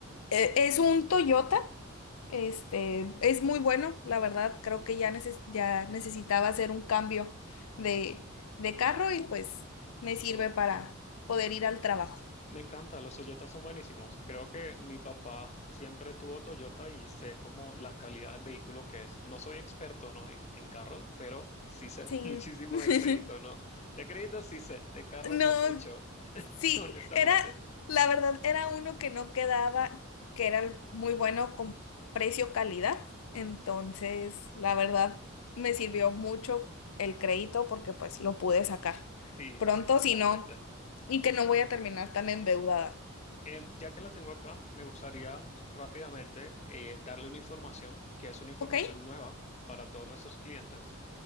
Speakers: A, on the left; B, on the left.
A: Eh, es un Toyota, este, es muy bueno, la verdad, creo que ya, neces- ya necesitaba hacer un cambio de, de carro y pues me sirve
B: Uh,
A: para poder ir al trabajo.
B: me encanta, los Toyotas son buenísimos. Creo que mi papá siempre tuvo Toyota y sé como la calidad del vehículo que es. No soy experto, ¿no? en, en carros, pero sí sé
A: Sí.
B: <laughs> muchísimo
A: <laughs>
B: de crédito, ¿no? De crédito sí sé, de carros
A: No,
B: no mucho, <laughs>
A: Sí,
B: honestamente.
A: era, la verdad, era uno que no quedaba, que era muy bueno con precio-calidad. Entonces, la verdad, me sirvió mucho el crédito porque pues lo pude sacar
B: Sí,
A: pronto,
B: sí, totalmente.
A: si no, y que no voy a terminar tan endeudada.
B: Em, ya que la tengo acá, me gustaría rápidamente eh, darle una información, que es una información
A: Ok,
B: nueva para todos nuestros clientes.